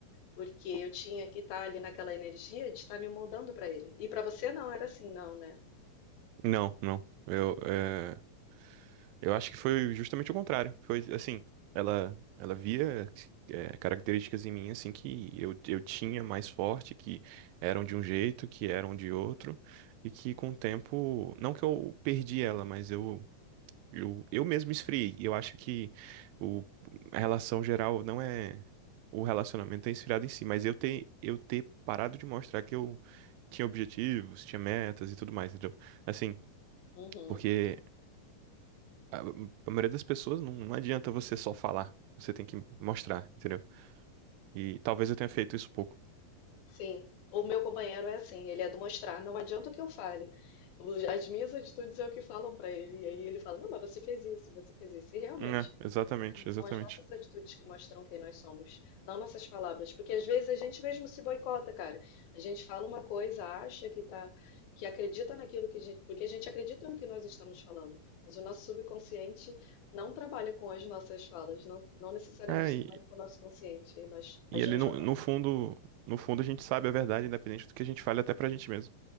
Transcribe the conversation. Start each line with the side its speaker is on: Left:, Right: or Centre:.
Left: porque eu tinha que estar ali naquela energia de estar me moldando para ele. E para você não era assim, não, né?
Right: Não, não. Eu, é, eu acho que foi justamente o contrário. Foi assim, ela, ela via é, características em mim assim que eu, eu tinha mais forte, que eram de um jeito, que eram de outro, e que com o tempo, não que eu perdi ela, mas eu Eu, eu mesmo esfriei. E eu acho que o, a relação geral não é o relacionamento é esfriado em si, mas eu ter, eu ter parado de mostrar que eu tinha objetivos, tinha metas e tudo mais, entendeu? Assim,
Left: Uhum.
Right: porque a, a maioria das pessoas não, não adianta você só falar, você tem que mostrar, entendeu? E talvez eu tenha feito isso pouco.
Left: Sim, o meu companheiro é assim, ele é do mostrar, não adianta o que eu fale. Os- As minhas atitudes é o que falam pra ele, e aí ele fala: Não, mas você fez isso, você fez isso. E realmente,
Right: É, exatamente,
Left: são
Right: exatamente.
Left: as nossas atitudes que mostram quem nós somos, não nossas palavras. Porque às vezes a gente mesmo se boicota, cara. A gente fala uma coisa, acha que tá, que acredita naquilo que a gente, porque a gente acredita no que nós estamos falando, mas o nosso subconsciente não trabalha com as nossas falas, não, não necessariamente
Right: É,
Left: trabalha
Right: e,
Left: com o nosso consciente, e nós
Right: e
Left: agimos
Right: ali no,
Left: de outra
Right: no
Left: forma.
Right: fundo, no fundo a gente sabe a verdade, independente do que a gente fale até pra gente mesmo.